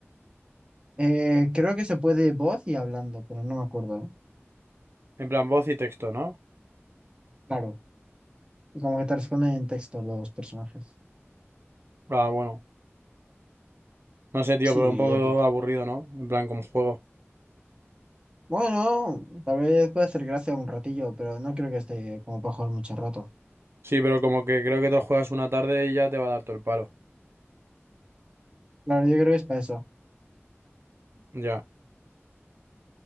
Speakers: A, on the right; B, on the right.
A: Eh, creo que se puede voz y hablando, pero no me acuerdo.
B: En plan, voz y texto, ¿no?
A: Claro, y como que te responden en texto los personajes.
B: Ah, bueno. No sé, tío,
A: Sí,
B: pero un poco
A: épico.
B: aburrido, ¿no? En plan, como juego.
A: Bueno, tal vez puede hacer gracia un ratillo, pero no creo que esté como para jugar mucho rato.
B: Sí, pero como que creo que te lo juegas una tarde y ya te va a dar todo el palo.
A: Claro, yo creo que es para eso.
B: Ya.